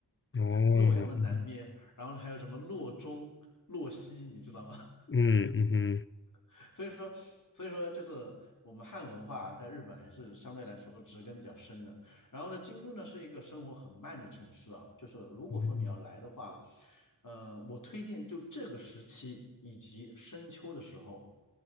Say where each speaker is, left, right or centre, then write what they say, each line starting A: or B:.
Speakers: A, on the left; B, on the left.
A: 哦，
B: 洛阳的南边，
A: 嗯嗯
B: 然后呢还有什么洛中、洛西，你知道吗？
A: 嗯嗯哼，
B: <laughs> 所以说，所以说就是我们汉文化在日本还是相对来说植根比较深的。然后呢，京都呢是一个生活很慢的城市啊，就是如果说你要来的话，
A: 嗯，
B: 呃，我推荐就这个时期以及深秋的时候。